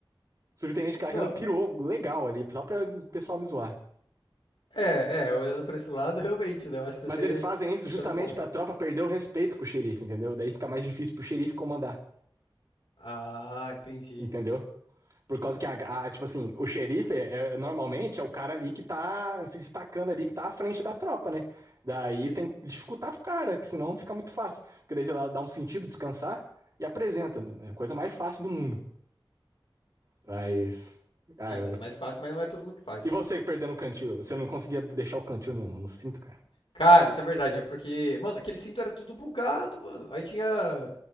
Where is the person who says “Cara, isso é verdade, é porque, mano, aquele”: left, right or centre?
Left